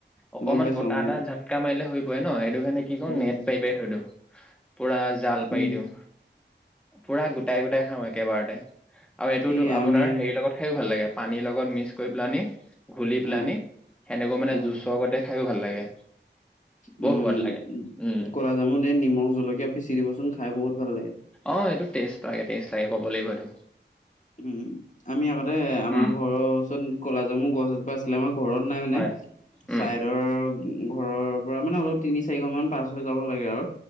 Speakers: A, in the centre; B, on the left.
A: অকমান
B: গম পাইছো
A: বতাহ
B: গম পাইছো
A: এটা ঝাতকা মাৰিলে সৰি পৰে ন, সেইটো কাৰণে কি কই
B: উম
A: নেট পাৰি পাৰি থৈ দিওঁ, পুৰা জাল পাৰি
B: উম
A: দিওঁ। পুৰা গোটাই-গোটাই খাওঁ একেবাৰতে আৰু এইটোতো
B: এই
A: আপোনাৰ
B: আমি
A: হেৰিৰ লগত খাইও ভাল লাগে। পানীৰ লগত মিক্স কৰি পেলানি ঘুলি
B: অ
A: পেলানি সেনেকৈ মানে
B: অ
A: জুচৰ গটে - খাইও ভাল লাগে।
B: উম,
A: বৰ সোৱাদ লাগে উম।
B: ক'লা জামূত এই নিমখ জলকীয়া পিচি দিবচোন। খাই বহুত ভাল লাগে
A: অ', এইটো তেষ্ট লাগে- তেষ্ট লাগে ক'ব লাগিব এইটো।
B: উম, আমি আগতে আমাৰ
A: উম
B: ঘৰৰ ওচৰত ক'লাজামু গছ এজোপা আছিলে আমাৰ ঘৰত নাই মানে
A: হয় উম
B: চাইদৰ ঘৰৰ পৰা মানে অলপ তিনি চাৰি ঘৰ মান পাছ হৈ যাব লাগে আৰু